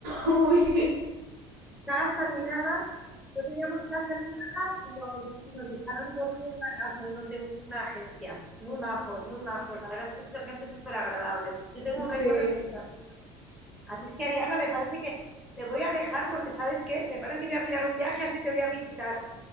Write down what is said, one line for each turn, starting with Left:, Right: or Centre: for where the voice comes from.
Right: <laughs> Uy,
Centre: Casa ni nada, no teníamos casa ni nada y nos, y nos dejaron dormir en una casa, unos de una agencia. Muy majos, muy majos. La verdad es que es gente súper agradable. Yo tengo un
Right: sí,
Centre: recuerdo espectacular. Así es que Ariana, me parece que te voy a dejar porque, ¿sabes qué? Me parece que voy a mirar un viaje, así te voy a visitar,